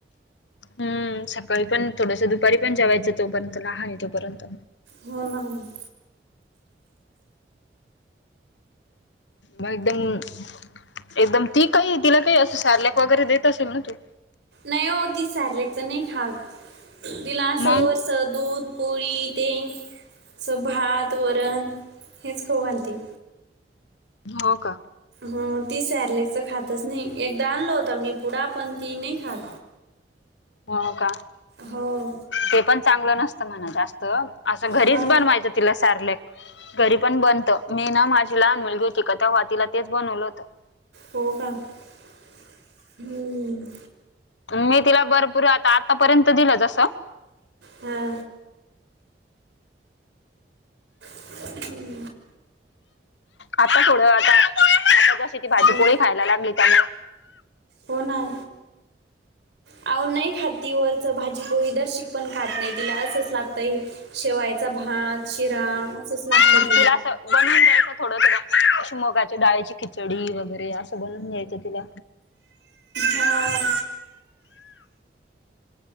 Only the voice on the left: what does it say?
हम्म सकाळी पण थोडसं दुपारी पण जेवायचं तो पर्यंत लहान आहे तोपर्यंत.
म एकदम एकदम ती काही तिला काही असं सेरलेक वगैरे देत असेल ना तू.
मग
हो का.
हो का
ते पण चांगलं नसतं म्हणा जास्त. असं घरीच
बनवायचं तिला सारलेक. घरी पण बनतं मी ना माझी लहान मुलगी होती का तवा तीला तेच बनवलं होतं.
मी तिला भरपूर आता आतापर्यंत दिलं जसं
आता थोडं आता आता जशी ती भाजी
पोळी खायला लागली त्यामुळे.
मंग तिला असं बनवून द्यायचं थोडं थोडं अशी मुगा ची डाळीची खिचडी वगैरे असं बनवून घ्यायचं तिला.